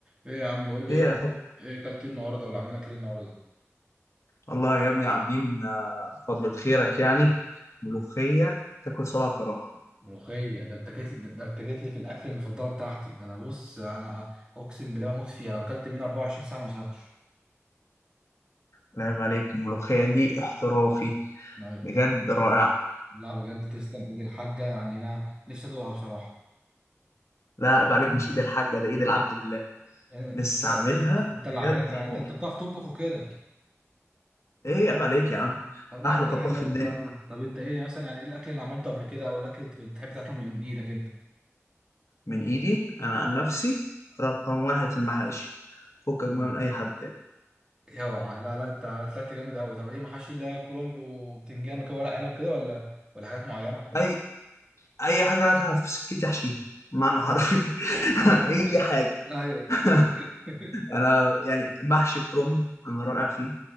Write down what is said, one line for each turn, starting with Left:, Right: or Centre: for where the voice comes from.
Right: ايه يا عم قول لي
Left: ايه يا
Right: ايه
Left: أخو؟
Right: ايه اكلت إيه النهارده ولا عاملين اكل إيه النهارده
Left: والله يا ابني عاملين آه، فضلة خيرك يعني ملوخية تاكل صباع كراهة
Right: ملوخيه ده انت جيت لي ده انت جيت لي في الاكل المفضله بتاعتي ده انا بص انا اقسم بالله اموت فيها لو اكلت منها 24 ساعه ما ازهقش
Left: لا عيب عليك الملوخية دي احترافي
Right: أيوة.
Left: بجد رائعة
Right: لا بجد تسلم ايد الحاجه يعني انا نفسي ادوقها بصراحه
Left: لا عيب عليك مش ايد الحاجة ده ايد العبد الله
Right: يعني
Left: لسه
Right: انت
Left: عاملها
Right: انت اللي
Left: بجد
Right: عاملها كده
Left: حوار
Right: يعني انت انت بتعرف تطبخ وكده
Left: ايه عيب عليك يا عم
Right: طب يا
Left: احلى
Right: عم
Left: طباخ
Right: ده حلو
Left: في
Right: قوي
Left: الدنيا
Right: الكلام ده طب انت ايه مثلا يعني ايه الاكل اللي عملته قبل كده او الاكل اللي بتحب تاكله من ايدك
Left: من ايدي انا عن نفسي رقم واحد في المحاشي فكك بقى
Right: انت
Left: من اي حد تاني
Right: اوعى لا لا انت طلعت جامد قوي طب ايه محاشي اللي هي كرنب وبتنجان وكده ورق عنب كده ولا ولا حاجات معينه
Left: اي اي حاجة هاتها في سكتي احشيها معنى حرفي <laughs> اي حاجة
Right: ايوه
Left: <laughs>
Right: <laughs>
Left: انا يعني محشي كرنب انا رائع فيه